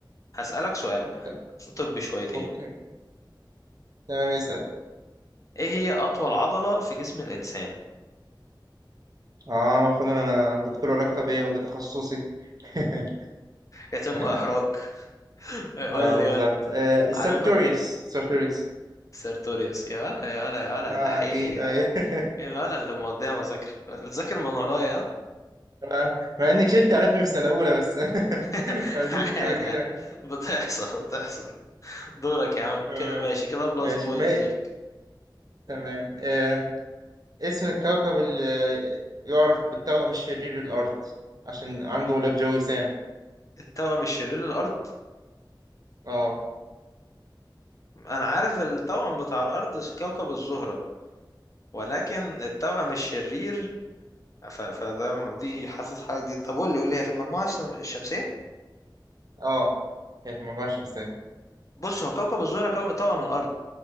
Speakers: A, on the left (about 40°); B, on the right (about 50°).
A: هسألك سؤال
B: أوكي
A: في طب شويتين
B: أوكي. تمام اسأل
A: ايه هي اطول عضلة في جسم الانسان
B: اه المفروض إن أنا دكتور علاج طبيعي وده تخصصي <laughs>
A: يتم
B: اه
A: احراج <laughs>
B: آه،
A: قول لي
B: بالظبط
A: قول لي.
B: آه، السارتوريوس
A: عارفها
B: سارتوريوس
A: سيرتوريوس يا ولا يا ولا يا ولا
B: اه
A: دحيح
B: أكيد
A: يا
B: أي <laughs>
A: يا ولا اللي مقضيها مذاكرة بتذاكر من ورايا ها؟
B: آه، مع إني شلت على اسمي في سنة أولى بس
A: <laughs>
B: <laughs> دي
A: عادي
B: كنت فاكرها
A: عادي. بتحصل بتحصل دورك يا عم
B: آه.
A: كده ماشي كده بلس
B: ماشي
A: بوينت
B: ما
A: ليك
B: تمام آه. اسم الكوكب اللي يعرف بالتوأم الشرير الأرض عشان عنده غلاف جوي سام
A: التوأم الشرير للأرض
B: اه
A: أنا عارف التوأم بتاع الأرض كوكب الزهرة ولكن التوأم الشرير ف... فده دي حاسس حاجة جديدة طب قول لي قول لي هي في المجموعة الشم- الشمسية
B: اه هي في المجموعة الشمسية
A: بص هو كوكب الزهرة كو... توأم الأرض